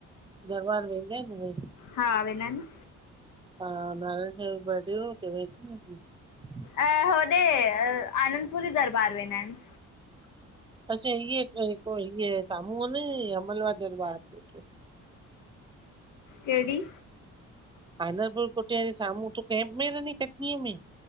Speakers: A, on the right; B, on the left.
A: दरबार वेंदा आहिनि उहे?
B: हा वेंदा इन न।
A: हा नारायण शाह जो बडे हुयो चवेती न अॼु।
B: अ होॾे आनंदपुरी दरबार वेंदा इन।
A: अच्छा इहे, इअं साम्हूं आ न अमल वारी दरबार। ते
B: कहिड़ी?
A: आनरबर कोटी साम्हूं <unintelligible> कैम्प में रहंदी आही कटनी में।